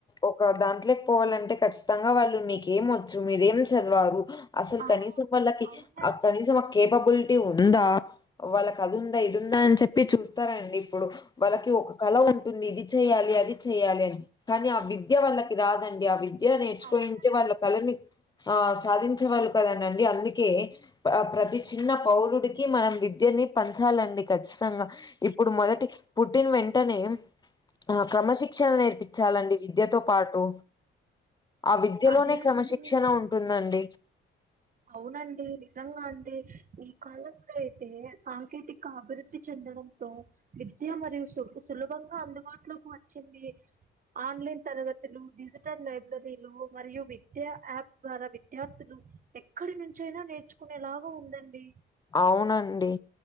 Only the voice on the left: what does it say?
ఒక దాంట్లో పోవాలంటే ఖచ్చితంగా వాళ్ళు మీకెం వచ్చు మీరేం చదివారు అసలు
కనీసం వాళ్ళకి
ఆ కనీసం ఆ కేపబిలిటీ ఉందా వాళ్ళకి అది ఉందా ఇదిందా అని చెప్పి చూస్తారంండి ఇప్పుడు వాళ్ళకి ఒక కళ ఉంట టుంది ఇది చెయ్యాలి అది చెయాలి అని కానీ ఆ విద్య వాళ్ళకి రాదండి ఆ విద్య నేర్చుకో
వాళ్ళ కళని ఆ సాధించే వాళ్ళు కదండండి అందుకే ప్రతి చిన్న పౌరుడికి మనం విద్యని పంచాలండి ఖచ్చితంగా ఇప్పుడు మొదటి పుట్టిన్ వెంటనే ఆ క్రమశిక్షణ నేర్పించాలండి విద్యతో పాటు ఆ విద్యలోనే
క్రమశిక్షణ
ఉంటుందండి
అవునండి